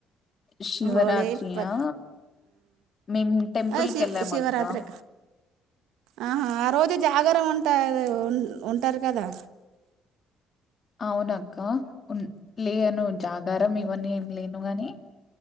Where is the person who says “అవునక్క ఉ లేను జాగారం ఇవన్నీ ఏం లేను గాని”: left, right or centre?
Left